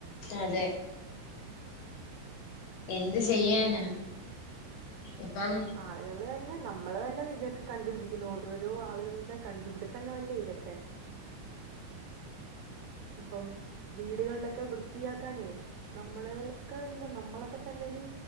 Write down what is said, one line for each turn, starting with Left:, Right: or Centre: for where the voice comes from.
Left: അതെ എന്ത്
Right: അയ്യോ
Left: ചെയ്യാനാ ഇപ്പം
Right: ആളുകൾ <unintelligible> പിന്നെ നമ്മള് തന്നെ ഇതൊക്കെ കണ്ടുപിടിക്കുന്നു ഓരോരോ ആളുകളുടെ കണ്ടുപിടുത്തങ്ങളല്ലേ ഇതൊക്കെ ഇപ്പം വീടുകളിലൊക്കെ വൃത്തിയാക്കാനേ നമ്മള്ക്കെ എന്താ നമ്മളൊക്കെ തന്നെ ഒരു